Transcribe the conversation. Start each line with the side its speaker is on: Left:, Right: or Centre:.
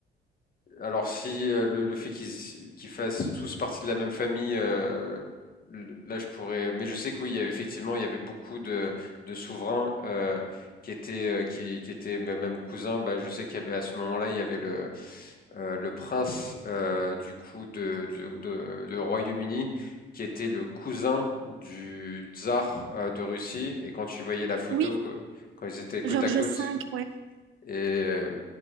Left: Alors si euh, le, le fait qu'ils qu'ils fassent tous partie de la même famille, euh, l- là je pourrais. Mais je sais que oui, il y avait effectivement, il y avait beaucoup de, de souverains euh, qui étaient euh, qui, qui étaient mê- même cousins. Bah, je sais qu'il y avait à ce moment-là, il y avait le euh, le prince euh, du coup de de, de- de Royaume-Uni qui était le cousin du tsar euh, de Russie. Et quand tu voyais la photo
Right: oui,
Left: que- quand ils étaient côte
Right: Georges
Left: à côte.
Right: V, ouais.
Left: Et, euh,